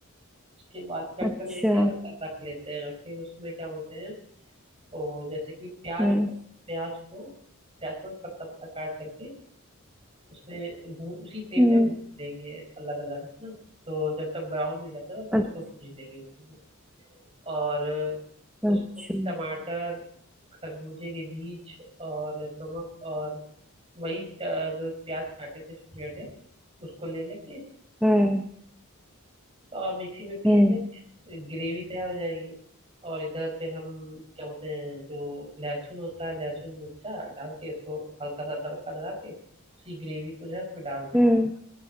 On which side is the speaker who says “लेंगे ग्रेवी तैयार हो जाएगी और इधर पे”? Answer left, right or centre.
Right